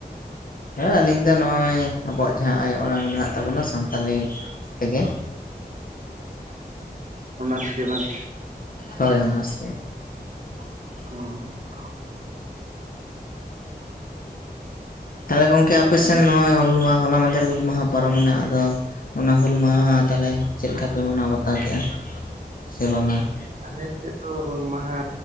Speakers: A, on the left; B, on the right.
A: ᱦᱮᱸ ᱟᱹᱞᱤᱧ ᱫᱚ ᱱᱚᱜ-ᱚᱭ ᱟᱵᱚᱣᱟᱜ ᱡᱟᱦᱟᱸ ᱟᱭᱳ ᱟᱲᱟᱝ ᱢᱮᱱᱟᱜ ᱛᱟᱵᱚᱱᱟ ᱥᱟᱱᱛᱟᱲᱤ ᱛᱮᱜᱮ᱾
B: ᱚᱱᱟᱨᱥ ᱜᱮ ᱵᱟᱝ?
A: ᱦᱳᱭ ᱚᱱᱟᱨᱥ ᱜᱮ ᱾
B: <unintelligible>
A: ᱛᱟᱦᱚᱞᱮ ᱜᱚᱝᱠᱮ ᱟᱯᱮ
B: ᱟᱫᱚ
A: ᱥᱮᱱ ᱱᱚᱜ-ᱚᱭ ᱦᱩᱞ ᱢᱟᱦᱟ ᱦᱚᱞᱟ ᱢᱟᱫᱷᱮᱨ ᱦᱩᱞ ᱢᱟᱦᱟ ᱯᱟᱨᱚᱢ ᱢᱮᱱᱟᱜ-ᱟ, ᱟᱫᱚ ᱚᱱᱟ ᱦᱩᱞ ᱢᱟᱦᱟ ᱛᱟᱦᱚᱞᱮ ᱪᱮᱫ ᱞᱮᱠᱟ ᱯᱮ ᱢᱟᱱᱟᱣ ᱵᱟᱛᱟᱣ ᱠᱮᱜ-ᱟ? ᱥᱮ ᱵᱟᱝᱟ?
B: ᱟᱞᱮ ᱥᱮᱫ ᱫᱚ ᱦᱩᱞ ᱢᱟᱦᱟ